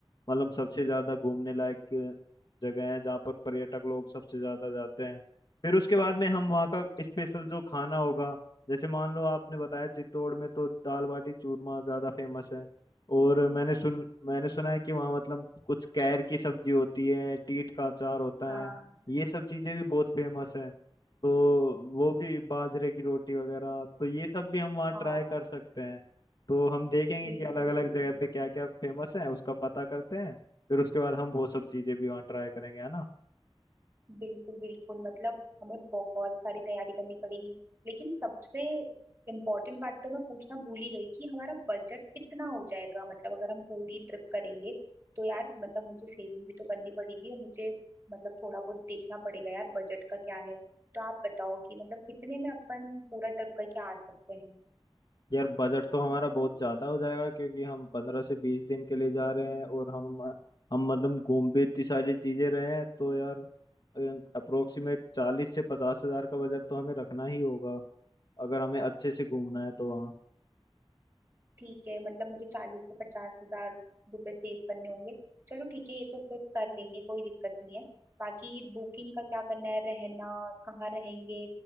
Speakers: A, on the left; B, on the right.
A: मतलब सबसे ज्यादा घूमने लायक जगह है जहाँ पर पर्यटक लोग सबसे ज्यादा जाते हैं फिर उसके बाद में हम वहाँ का स्पेशल जो खाना होगा जैसे मान लो आपने बताया चित्तौड़ में तो दाल बाटी चूरमा ज्यादा फेमस है और मैंने सुन मैंने सुना है कि वहाँ मतलब कुछ कैर की सब्जी होती है टीट का अचार होता
B: हाँ
A: है ये सब चीजें भी बहुत फेमस है तो वो भी बाजरे की रोटी वगैरह तो ये सब भी हम वहाँ ट्राई
B: हाँ
A: कर सकते हैं तो हम देखेंगे
B: बिल्कुल
A: कि अलग अलग
B: बिल्कुल
A: जगह पे क्या क्या फेमस है उसका पता करते हैं फिर उसके बाद हम वो सब चीजें भी वहाँ ट्राई करेंगे है ना
B: बिल्कुल बिल्कुल मतलब हमें बहुत सारी तैयारी करनी पड़ेगी लेकिन सबसे इम्पोर्टेंट बात तो मैं पूछना भूल ही गई कि हमारा बजट कितना हो जाएगा मतलब अगर हम पूरी ट्रिप करेंगे तो यार मतलब मुझे सेविंग भी तो करनी पड़ेगी और मुझे मतलब थोड़ा बहुत देखना पड़ेगा यार बजट का क्या है तो आप बताओ कि मतलब कितने में अपन पूरा ट्रिप करके आ सकते हैं
A: यार बजट तो हमारा बहुत ज्यादा हो जाएगा क्योंकि हम पंद्रह से बीस दिन के लिए जा रहे हैं और हम हम मतलब घूम भी इतनी सारी चीजें रहे हैं तो यार अप्रोक्सीमेट चालीस से पचास हजार का बजट तो हमें रखना ही होगा अगर हमें अच्छे से घूमना है तो वहाँ
B: ठीक है मतलब मुझे चालीस से पचास हजार रुपए सेव करने होंगे चलो ठीक है ये तो फिर कर लेंगे कोई दिक्कत नहीं है बाकी बुकिंग का क्या करना है रहना कहाँ रहेंगे